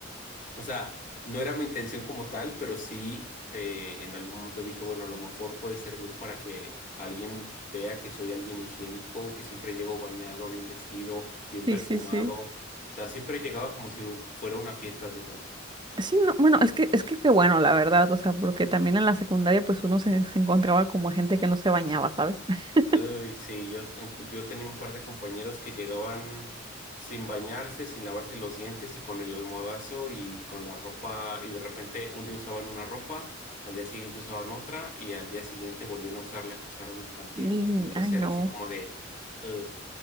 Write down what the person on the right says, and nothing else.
Sí,
sí, sí.
Sí, no, bueno, es que, es que qué bueno, la verdad, o sea, porque también en la secundaria pues uno se, se encontraba como gente que no se bañaba, ¿sabes? <laughs>
Y,
ay, no.